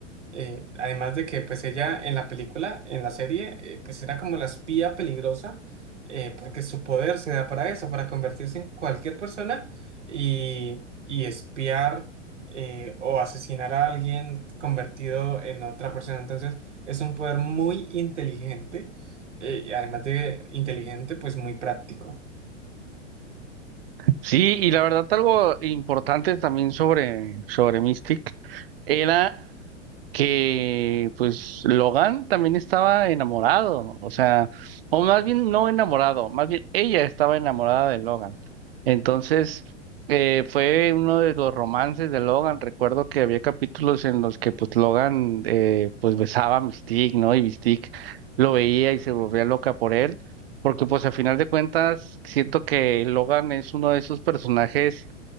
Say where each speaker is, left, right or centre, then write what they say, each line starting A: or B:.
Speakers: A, on the right (about 70°); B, on the right (about 50°).
A: Eh, además de que pues ella en la película, en la serie, eh, pues era como la espía peligrosa, eh, porque su poder se da para eso, para convertirse en cualquier persona y, y espiar eh, o asesinar a alguien convertido en otra persona. Entonces es un poder muy inteligente, eh, y además de inteligente, pues muy práctico.
B: Sí, y la verdad algo importante también sobre, sobre Mystic era... que pues Logan también estaba enamorado, o sea, o más bien no enamorado, más bien ella estaba enamorada de Logan. Entonces, eh, fue uno de los romances de Logan. Recuerdo que había capítulos en los que pues Logan eh, pues besaba a Mystique, ¿no? Y Mystique lo veía y se volvía loca por él, porque pues a final de cuentas siento que Logan es uno de esos personajes